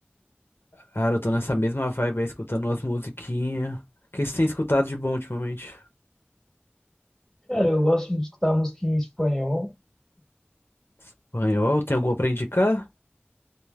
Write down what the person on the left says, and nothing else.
Cara, eu tô nessa mesma vibe aí, escutando umas musiquinhas. O que você tem escutado de bom ultimamente?
Espanhol, tem alguma pra indicar?